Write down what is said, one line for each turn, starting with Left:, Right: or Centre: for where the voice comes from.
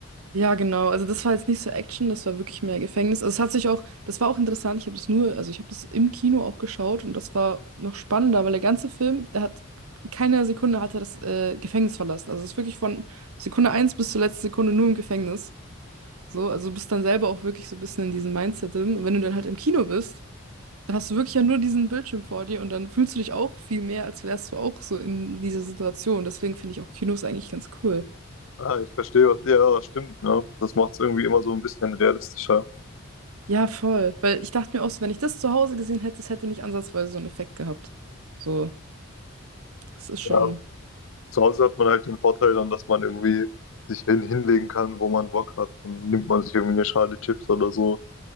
Right: Ja, genau. Also das war jetzt nicht so Action, das war wirklich mehr Gefängnis. Also es hat sich auch, das war auch interessant. Ich habe das nur, also ich habe das im Kino auch geschaut und das war noch spannender, weil der ganze Film, der hat keine Sekunde hat er das äh, Gefängnis verlassen. Also es ist wirklich von Sekunde eins bis zur letzten Sekunde nur im Gefängnis. So, also du bist dann selber auch wirklich so ein bisschen in diesem Mindset drin. Und wenn du dann halt im Kino bist, dann hast du wirklich ja nur diesen Bildschirm vor dir und dann fühlst du dich auch viel mehr, als wärst du auch so in dieser Situation. Deswegen finde ich auch Kinos eigentlich ganz cool.
Left: Ah, ich verstehe was. Ja, stimmt, ja. Das macht es irgendwie immer so ein bisschen realistischer.
Right: Ja, voll. Weil ich dachte mir auch so, wenn ich das zu Hause gesehen hätte, es hätte nicht ansatzweise so einen Effekt gehabt. So, es ist schon,
Left: Ja. Zu Hause hat man halt den Vorteil dann, dass man irgendwie sich hin hinlegen kann, wo man Bock hat. Dann nimmt man sich irgendwie eine Schale Chips oder so.